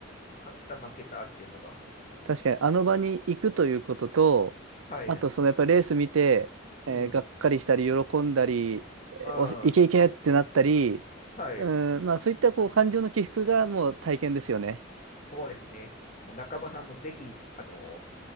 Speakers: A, on the left; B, on the right.
A: 勝った、負けたっていうのが。
B: 確かにあの場に行くということと、
A: はい。
B: あとそのやっぱりレース見て、えーがっかりしたり喜んだり、
A: うん。
B: えーお、
A: あ
B: いけいけってなったり、
A: あ、はい。
B: うん、まあそういったこう感情の起伏がもう体験ですよね。
A: そうですね。もう中間さんもぜひ、あの、